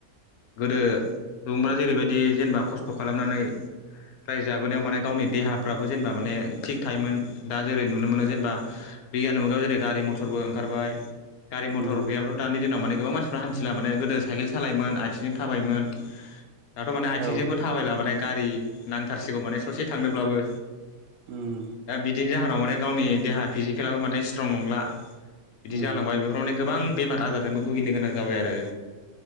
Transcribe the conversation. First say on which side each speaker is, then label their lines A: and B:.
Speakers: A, on the left; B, on the right.
A: गोदो सुबुंफ्रा जेरैबायदि जेनेबा खस्थ खालामनानै रायजाबोनायाव माने गावनि देहाफ्राबो जेनेबा माने थिग थायोमोन दा जेरै नुनो मोनो जेनेबा बिगियान मुगायाव जेरै गारि मथरबो ओंखारबाय गारि
B: उम
A: मथर गैयाब्लाथ दानि माव माने गोबां मानसिफ्रा हान्थिला माने गोदो साइकेल सालायोमोन आथिंजों थाबायोमोन। दाथ माने आथिंजोंबो
B: औ
A: थाबायला माने गारि नांथारसिगौ माने ससे थांनोब्लाबो
B: उम
A: दा बिदिनि जाहोनाव माने गावनि देहा फिजिकेलाबो माने स्ट्रं नंला। बिदि
B: उम
A: जालांबाय बेफोराव माने गोबां बेमार आजारजोंबो भुगिनो गोनां जाबाय आरो